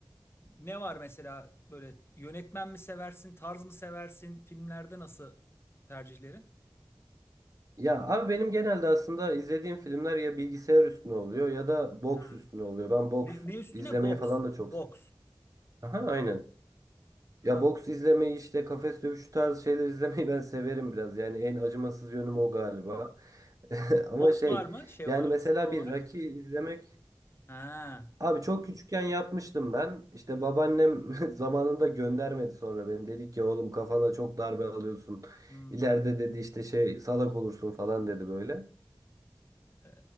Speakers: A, on the left; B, on the right.
A: Ne var mesela böyle yönetmen mi seversin, tarz mı seversin, filmlerde nasıl tercihlerin?
B: Ya abi benim genelde aslında izlediğim filmler ya bilgisayar üstüne oluyor ya da boks
A: Ha.
B: üstüne oluyor. Ben boks
A: Ne, ne üstüne?
B: izlemeyi
A: Boks.
B: falan da çok
A: Boks.
B: Aha aynen.
A: Ha.
B: Ya boks izlemeyi işte kafes dövüşü tarzı şeyler izlemeyi <laughs> ben severim biraz. Yani en acımasız yönüm o galiba. <laughs> Ama
A: Boks
B: şey
A: var mı şey
B: yani
A: olarak,
B: mesela
A: spor olarak?
B: bir Rocky izlemek.
A: Ha.
B: Abi çok küçükken yapmıştım ben. İşte babaannem <laughs> zamanında göndermedi sonra beni. Dedi ki oğlum kafana çok darbe alıyorsun.
A: Hmm.
B: İleride dedi işte şey salak olursun falan dedi böyle.
A: Ee,